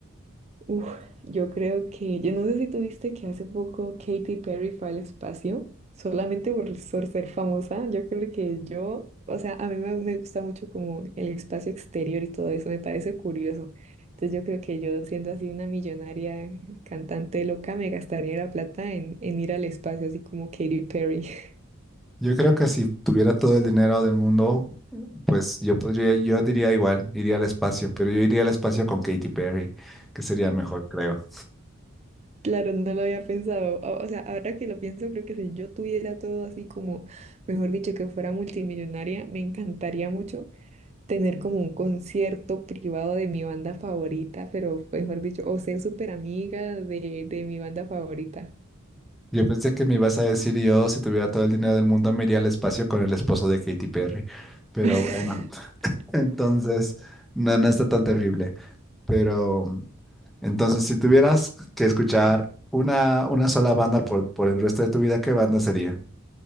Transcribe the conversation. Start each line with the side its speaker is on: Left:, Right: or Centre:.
Right: Uf, yo creo que, yo no sé si tuviste que hace poco Katy Perry fue al espacio, solamente por, por ser famosa, yo creo que yo, o sea, a mí me, me gusta mucho como el espacio exterior y todo eso, me parece curioso. Entonces yo creo que yo siendo así una millonaria cantante loca, me gastaría la plata en, en ir al espacio, así como Katy Perry. <laughs>
Centre: Yo creo que si tuviera todo el dinero del mundo, pues yo podría, yo diría igual, iría al espacio, pero yo iría al espacio con Katy Perry, que sería mejor, creo.
Right: Claro, no lo había pensado. O, o sea, ahora que lo pienso, creo que si yo tuviera todo así como, mejor dicho, que fuera multimillonaria, me encantaría mucho tener como un concierto privado de mi banda favorita, pero mejor dicho, o ser súper amiga de, de mi banda favorita.
Centre: Yo pensé que me ibas a decir yo, si tuviera todo el dinero del mundo, me iría al espacio con el esposo de Katy Perry. Pero
Right: <laughs>
Centre: bueno, <laughs> entonces, no, no está tan terrible. Pero Entonces, si tuvieras que escuchar una, una sola banda por, por el resto de tu vida, ¿qué banda sería?